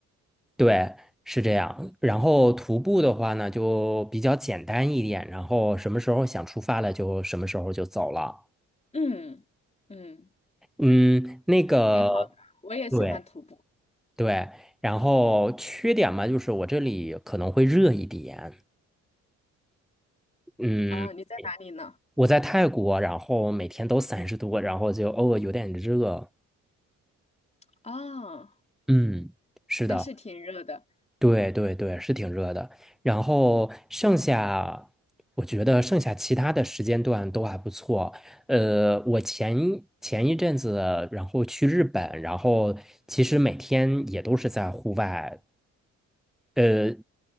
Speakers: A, in the centre; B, on the left.
A: 对，是这样。然后徒步的话呢，就比较简单一点，然后什么时候想出发了，就什么时候就走了。
B: 嗯嗯。
A: 嗯，那个，
B: 挺好的，我也喜欢徒步
A: 对对。然后缺点嘛，就是我这里可能会热一点。嗯，
B: 啊。你在哪里呢？
A: 我在泰国，然后每天都三十度，然后就偶尔有点热。
B: 啊，
A: 嗯，是的，
B: 那是挺热的。
A: 对对对，是挺热的。然后剩下，我觉得剩下其他的时间段都还不错。呃，我前前一阵子，然后去日本，然后其实每天也都是在户外呃，